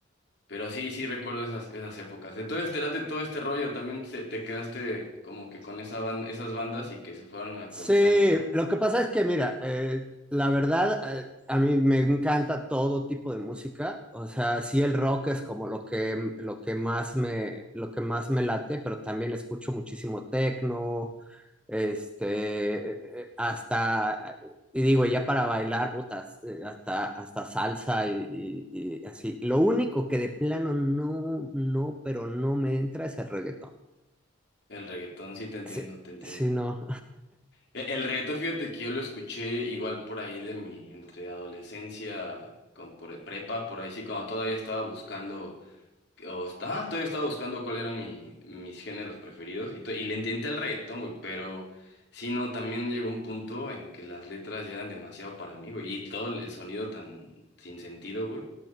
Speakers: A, on the left; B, in the centre.
A: pero sí, sí recuerdo esas, esas épocas. Entonces te late todo este rollo, también se- te quedaste como que con esa ban- esas bandas y que se fueron actualizando,
B: Sí,
A: ¿no?
B: lo que pasa es que, mira, eh, la verdad, eh, a mí me encanta todo tipo de música. O sea, sí el rock es como lo que, lo que más me, lo que más me late, pero también escucho muchísimo techno, Este, eh, eh, hasta, y digo, ya para bailar, botas, eh, hasta, hasta salsa y, y- y así. Lo único que de plano no, no, pero no me entra es el reggaetón.
A: El reggaetón, sí te entiendo,
B: Sí,
A: te entiendo.
B: sí, no,
A: E- El reggaetón, fíjate que yo lo escuché igual por ahí de mi, entre adolescencia, con, por e-, prepa, por ahí sí, cuando todavía estaba buscando, o, está- ah, todavía estaba buscando cuál eran mi, mis géneros preferidos, y, to- y le intenté al reggaetón, güey, pero sí, no, también llegó un punto en que las letras ya eran demasiado para mí, güey, y todo el el sonido tan sin sentido, güey.